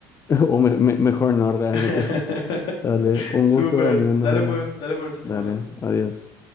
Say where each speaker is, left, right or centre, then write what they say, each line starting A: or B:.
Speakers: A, on the left; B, on the left.
A: <laughs> O me- me- mejor no, realmente.
B: <laughs>
A: <laughs> Dale, un
B: Súper.
A: gusto, amigos, nos
B: Dale
A: vemos.
B: pues, dale pues, estamos
A: Dale,
B: hablando.
A: adiós.